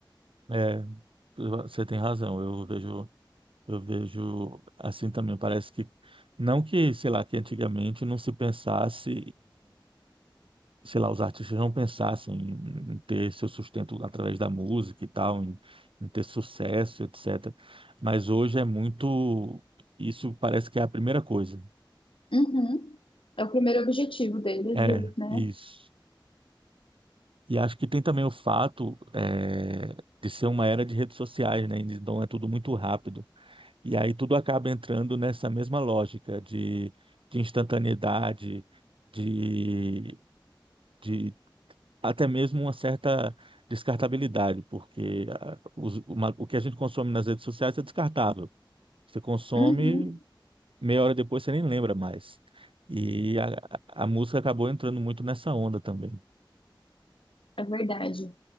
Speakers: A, on the right (about 85°); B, on the left (about 80°).
A: É, você tem razão. Eu vejo, eu vejo assim também. Parece que não que, sei lá, que antigamente não se pensasse sei lá, os artistas não pensassem em, em ter seu sustento através da música e tal, em, em ter sucesso, etc. Mas hoje é muito, isso parece que é a primeira coisa.
B: Uhum. É o primeiro objetivo deles,
A: É,
B: e, né?
A: isso. E acho que tem também o fato é, de ser uma era de redes sociais, né? Então é tudo muito rápido. E aí tudo acaba entrando nessa mesma lógica de, de instantaneidade, de, de até mesmo uma certa descartabilidade, porque ah, os- uma- o que a gente consome nas redes sociais é descartável. Você consome,
B: Uhum.
A: meia hora depois você nem lembra mais. E a, a música acabou entrando muito nessa onda também.
B: É verdade.